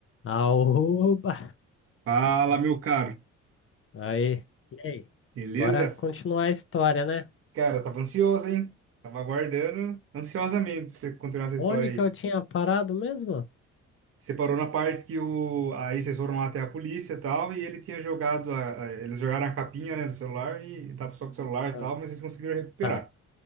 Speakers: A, on the left; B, on the right.
A: Aoba!
B: Fala, meu caro.
A: Aí, e aí?
B: Beleza?
A: Bora continuar a história, né?
B: Cara, tava ansioso, hein? Tava aguardando ansiosamente pra você continuar essa
A: Onde
B: história aí.
A: que eu tinha parado mesmo?
B: Você parou na parte que o... aí vocês foram lá até a polícia e tal, e ele tinha jogado a... a- Eles jogaram a capinha, né, do celular e tava só com o celular e
A: Não.
B: tal, mas vocês conseguiram recuperar.
A: Tá,